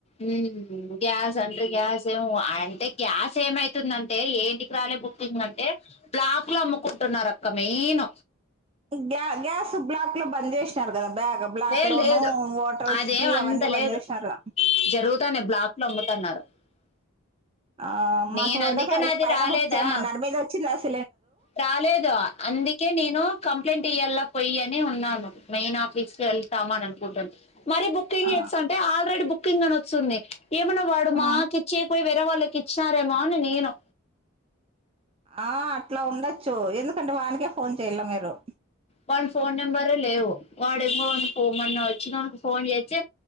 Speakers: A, on the left; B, on the right.
A: ఉ గ్యాస్ అంటారు. గ్యాస్ ఏం, అంటే గ్యాస్ ఏమైతుందంటే ఏంటి. కి రాలే బుకింగ్ అంటే బ్లాక్ లా అమ్ముక్ కుంటున్నారు అక్క మెయిన్
B: గ్యా గ్యాస్ బ్లాక్ లో బంద్ చేసినారు కదా బ్యాగ్ బ్లాక్
A: లేదు
B: లోనూ
A: లేదు
B: హోటల్స్
A: అదేం
B: కి
A: అంత
B: అవన్నీ బంద్
A: లేదు
B: చేసినారు
A: జరుగుతానే బ్లాక్ లో <inaudible>
B: ఆ
A: నేను
B: మాకు ఒకటో
A: అందుకని
B: తారీఖు
A: అది
B: పైన
A: రాలేదా
B: బుక్ చెయ్యమన్నారు. మీది వచ్చిందా సిల్
A: రాలేదు అందుకే నేను కంప్లైంట్ ఇయ్యలా పోయి అని ఉన్నాను. మెయిన్ ఆఫీస్ కి వెళ్తాం అని అనుకుంటున్నా. మరి బుకింగ్
B: ఆ
A: చేస్తుంటే ఆల్రెడీ. బుక్ కింగ్ అని వస్తుంది ఏమన వాడు
B: ఆ
A: మా కిచ్చి పోయ్ వేరే వాళ్ళకి ఇచ్చారేమో అని నేను
B: ఆ అట్లా ఉండొచ్చు. ఎందుకంటే వానికే ఫోన్ చెయ్యల్ల మీరు
A: వానీ ఫోన్ నెంబర్ లేవు. వాడేమో మన ఇచ్చిన ఫోన్ చెచ్చే